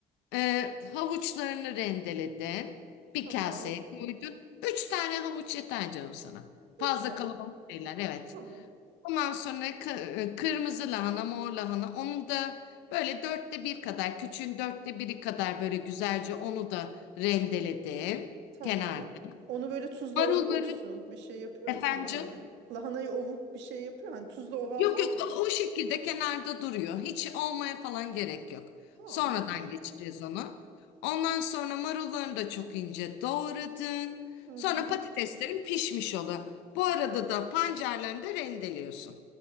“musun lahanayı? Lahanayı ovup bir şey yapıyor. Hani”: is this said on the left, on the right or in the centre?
Right